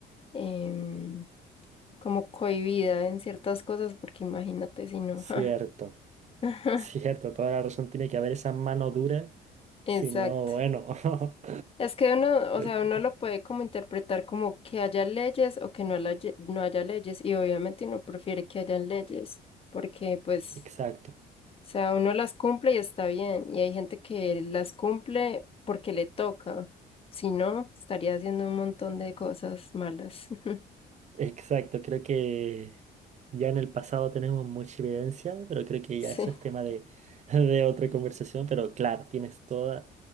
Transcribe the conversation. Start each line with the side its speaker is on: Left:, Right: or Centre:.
Left: em, como cohibida en ciertas cosas, porque imagínate si no.
Right: cierto,
Left: <laughs> ja, ajá,
Right: cierto, toda la razón tiene que haber esa mano dura, si
Left: Exacto.
Right: no, bueno. <laughs>
Left: Es que uno,
Right: creo
Left: o sea,
Right: que-
Left: uno lo puede como interpretar como que haya leyes o que no, la ye- no haya leyes, y obviamente uno prefiere que hayan leyes, porque pues,
Right: Exacto,
Left: o sea, uno las cumple y está bien, y hay gente que las cumple porque le toca, si no, estaría haciendo un montón de cosas malas. <laughs>
Right: exacto. Creo que ya en el pasado tenemos mucha evidencia, pero creo que
Left: Sí,
Right: ya eso es tema de, <laughs> de otra conversación. Pero claro, tienes toda,